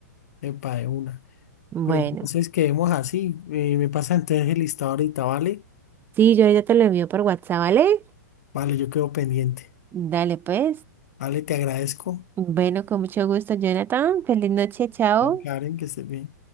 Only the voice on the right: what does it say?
Bueno,
sí, yo ya te lo envío por WhatsApp, ¿vale?
Dale pues.
Bueno, con mucho gusto, Jonathan. Feliz noche, chao.